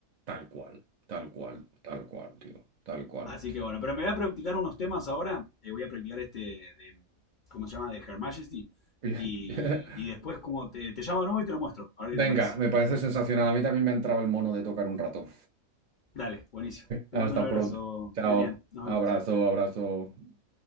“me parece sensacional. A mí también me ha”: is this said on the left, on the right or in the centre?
Right